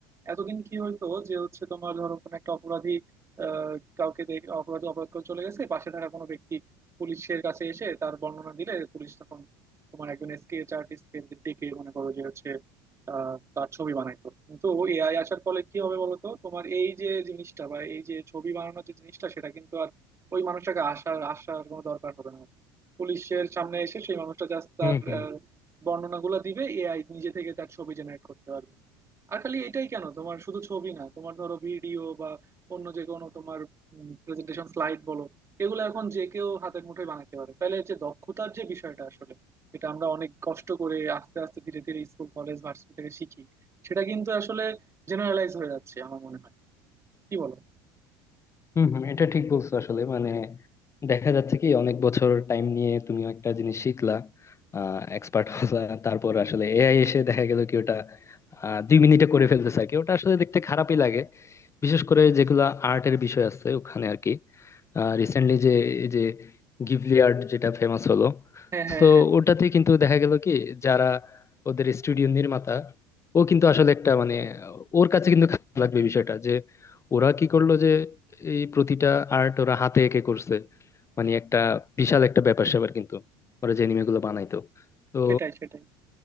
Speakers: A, on the right; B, on the left.
A: এতদিন কি হইতো যে হচ্ছে তোমার ধরো কোনো একটা অপরাধী আহ, কাউকে দেখে অপরাধী অপরাধ করে চলে গেছে পাশে থাকা কোনো ব্যক্তি পুলিশের কাছে এসে তার বর্ণনা দিলে পুলিশ তখন তোমার একজন স্কেচ আর্টিস্টকে ডেকে মনে করো যে হচ্ছে আহ, তার ছবি বানাইতো কিন্তু এআই আসার ফলে কি হবে বলতো তোমার এই যে জিনিসটা বা এই যে ছবি বানানোর যে জিনিসটা সেটা কিন্তু আর ওই মানুষটাকে আসার আসার কোনো দরকার হবে না পুলিশের সামনে এসে সেই মানুষটা জাস্ট তার
B: হুম, হুম।
A: আহ, বর্ণনাগুলো দিবে এআই নিজে থেকে তার ছবি জেনারেট করতে পারবে আর খালি এটাই কেন তোমার শুধু ছবি না তোমার ধরো ভিডিও বা অন্য যে কোনো তোমার প্রেজেন্টেশন স্লাইড বলো এগুলো এখন যে কেউ হাতের মুঠোয় বানাতে পারে তাহলে যে দক্ষতার যে বিষয়টা আসলে এটা আমরা অনেক কষ্ট করে আস্তে আস্তে ধীরে ধীরে স্কুল কলেজ ভার্সিটি থেকে শিখি সেটা কিন্তু আসলে জেনারেলাইজ হয়ে যাচ্ছে আমার মনে হয় কি বলো
B: হম হম এটা ঠিক বলছো আসলে মানে দেখা যাচ্ছে কি অনেক বছর টাইম নিয়ে তুমি একটা জিনিস শিখলা এক্সপার্ট হলা তারপর আসলে এআই এসে দেখা গেল কি ওটা আহ, দুই মিনিটে করে ফেলতেছে আর কি ওটা আসলে দেখতে খারাপই লাগে বিশেষ করে যেগুলা আর্টের বিষয় আছে ওখানে আর কি রিসেন্টলি যে এই যে গিবলি আর্ট যেটা ফেমাস হলো
A: হ্যাঁ হ্যাঁ
B: তো
A: হ্যাঁ
B: ওটাতে কিন্তু দেখা গেল কি যারা ওদের স্টুডিও নির্মাতা ও কিন্তু আসলে একটা মানে ওর কাছে কিন্তু খারাপ লাগবে বিষয়টা যে ওরা কি করলো যে এই প্রতিটা আর্ট ওরা হাতে এঁকে করছে মানে একটা বিশাল একটা ব্যাপার স্যাপার কিন্তু ওরা যে অ্যানিমে গুলো বানাইতো তো
A: সেটাই সেটাই